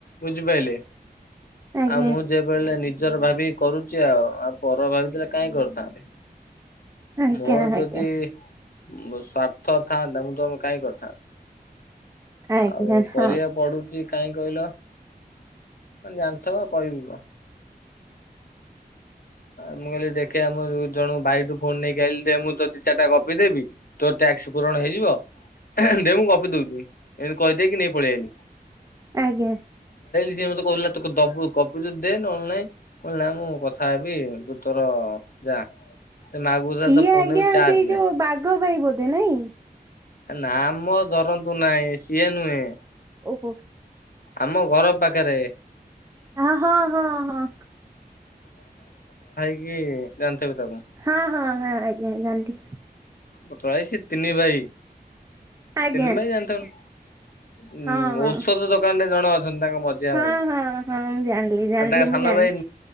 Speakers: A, on the left; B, on the right.
A: ବୁଝିପାଇଲେ
B: ଆଜ୍ଞା
A: ଆଉ ମୁଁ ଯେବେ ନି ନିଜର ଭାବିକି କରୁଛି ଆଉ। ଆଉ ପରର ଭାବିଥିଲେ କାହିଁକି କରିଥାନ୍ତି।
B: ଆଜ୍ଞା
A: ମୋର
B: ଆଜ୍ଞା
A: ଯଦି ସ୍ଵାର୍ଥ ଥାନ୍ତା ମୁଁ ତମ କାଇଁ କରିଥାନ୍ତି।
B: ଆଜ୍ଞା
A: ଆଉ କରିବାକୁ
B: ହଁ
A: ପଡୁଛି। କାଇଁ କହିଲ ଜାଣିଥ କହିବି କଣ। ମୁଁ କହିଲି ଦେଖେ ଆମ ଜଣ ଭାଇଠୁ ଫୋନ ନେଇକି ଆହିଲି ଦେ ମୁଁ ତ ଦି ଚାରିଟା କପି ଦେବି। ତୋ ଟ୍ୟାକ୍ସ ପୂରଣ ହେଇଯିବ। ଦେ ମୁଁ ଗପି ଦଉଛି ଏମତି କହିଦେଇକି ନେଇ ପଳେଇ ଆଲି।
B: ଆଜ୍ଞା।
A: ସିଏ ମତେ କହୁଥିଲେ ତ ଦବୁ କପି ଦେ ନହେଲେ ନାଇଁ କ ନା ମୁଁ କଥା କଥା ହେବି ତୁ ତର ଯା। ସେ ମାଗୁଥିଲା
B: ଇଏ
A: ତା
B: ଆଜ୍ଞା
A: ରେ ବି
B: ସେଇ
A: ନାହିଁ।
B: ଯୋଉ ବାଘ ଭାଇ ବୋଧେ ନାଇଁ।
A: ନାଁ ମ ଧରନ୍ତୁ ନାଇଁ ସିଏ ନୁହେଁ।
B: ଓହୋ
A: ଆମ ଘର ପାଖେରେ।
B: ଆଁ ହଁ ହଁ ହଁ।
A: କିଏ ଜାଣଥେବେ ତମେ।
B: ହଁ ହଁ ହଁ ଆଜ୍ଞା ଜାଣିଲି।
A: <unintelligible> ସିଏ ତିନି ଭାଇ।
B: ଆଜ୍ଞା।
A: ତିନି ଭାଇ ଜାଣିଥବ
B: ହଁ ହଁ
A: ଉଁ ଔଷଧ ଦୋକାନ ଟେ ଜଣ ଅ ଛନ୍ତି ତାଙ୍କ ମଝିଆ
B: ହଁ
A: ଭାଇ
B: ହଁ ହଁ ମୁଁ ଜାଣିଲି ଜାଣିଲି
A: ଆଉ ତାଙ୍କ
B: ମୁଁ
A: ସାନ
B: ଜାଣିଛି।
A: ଭାଇ